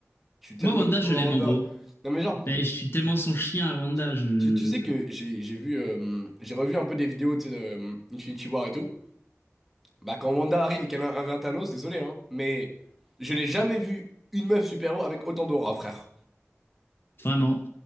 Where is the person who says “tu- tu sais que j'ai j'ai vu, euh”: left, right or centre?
Centre